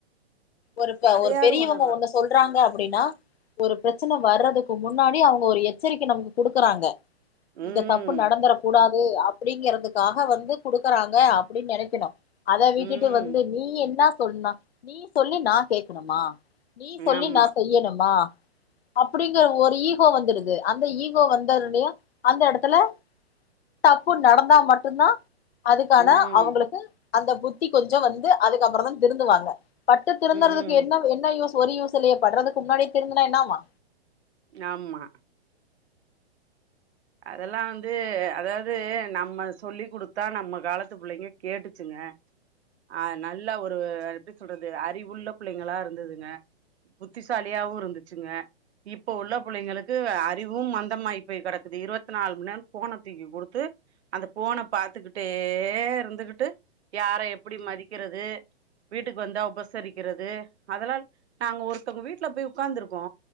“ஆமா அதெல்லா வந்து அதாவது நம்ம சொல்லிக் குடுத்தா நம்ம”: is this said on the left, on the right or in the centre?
Right